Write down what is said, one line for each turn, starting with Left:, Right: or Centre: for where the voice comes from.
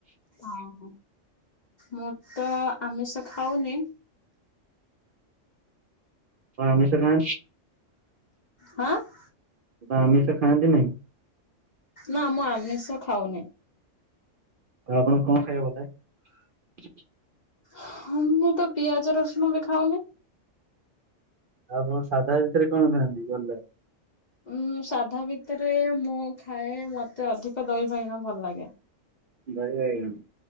Left: ଓହୋ। ମୁଁ ତ ଆମିଷ ଖାଉନି ।
Right: ଆପଣ ଆମିସ ଖା
Left: ହାଁ ।
Right: ଆମିଷ ଖାଆନ୍ତି ନାହିଁ।
Left: ନା ମୁଁ ଆମିଷ ଖାଉନି ।
Right: ଆଉ ଆପଣ କଣ ଖାଇବାକୁ ଭଲ ଲାଗେ।
Left: ହଁ ମୁଁ ତ ପିଆଜ ରସୁଣ ବି ଖାଉନି।
Right: ଆଉ କଣ ସାଧା ଭିତରେ କଣ ଖାନ୍ତି ଭଲ ।
Left: ଉଁ ସାଧ ଭିତରେ ମୁଁ ଖାଏ ମତେ ଅଧିକ ଦହି ବାଇଗଣ ଭଲ ଲାଗେ ।
Right: ଦହି ବାଇଗଣ ।